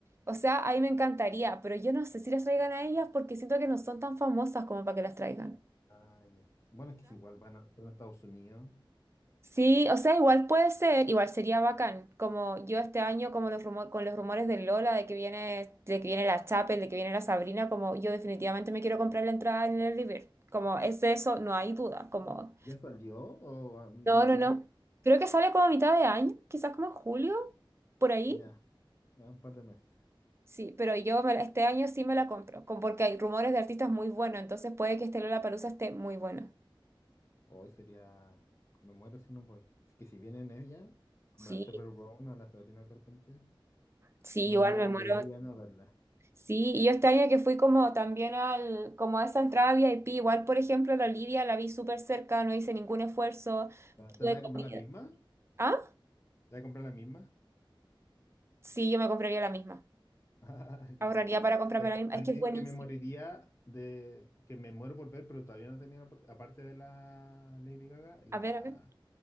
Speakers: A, on the right; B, on the left.
A: O sea, a mí me encantaría, pero yo no sé si las traigan a ellas porque siento que no son tan famosas como para que las traigan.
B: Ah, ya. Bueno, es que es igual, van a, van a Estados Unidos.
A: Sí, o sea, igual puede ser, igual sería bacán, como yo este año, como los rumo- con los rumores de Lola, de que viene, de que viene la Chapel, de que viene la Sabrina, como yo definitivamente me quiero comprar la entrada en el River, como es de eso, no hay duda, como,
B: ¿Ya salió o han
A: no,
B: dicho
A: no, no,
B: algo?
A: creo que sale como a mitad de año, quizás como en julio, por ahí,
B: Ya, a un par de meses.
A: sí, pero yo me la- este año sí me la compro, como porque hay rumores de artistas muy buenos, entonces puede que este Lollapalooza esté muy bueno,
B: Hoy sería... Me muero si no voy. Es que si vienen ella, como
A: sí,
B: la Chappell Brown o la Sabrina Carpenter,
A: sí,
B: me
A: igual
B: moriría
A: me muero.
B: no verla.
A: Sí, y yo este año que fui como también al, como a esa entrada VIP, igual por ejemplo la Olivia la vi súper cerca, no hice ningún esfuerzo,
B: ¿Te
A: tuve
B: vas
A: comida.
B: a comprar la misma?
A: ¿Ah?
B: ¿Te vas a comprar la misma?
A: Sí, yo me compraría la misma.
B: <laughs> Ah, qué
A: Ahorraría
B: entretenido.
A: para comprarme
B: De-
A: la misma.
B: Alguien
A: Es que es buenísima.
B: que me moriría de que me muero por ver, pero todavía no tenía la oportunidad, aparte de la Lady Gaga, la,
A: A ver, a ver.